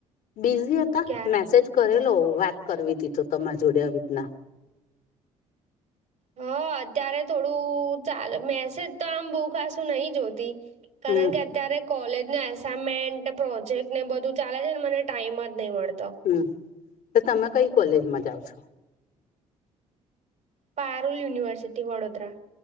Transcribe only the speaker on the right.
ક્યાં
હ અત્યારે થોડું ચાલ મેસેજ તો આમ બહુ ખાસું નહી જોતી.
કારણ કે અત્યારે કોલેજને એસાઈનમેન્ટને, પ્રોજેક્ટને બધું ચાલે છે ને મને ટાઈમ જ નહીં મળતો.
પારૂલ યુનિવર્સિટી વડોદરા.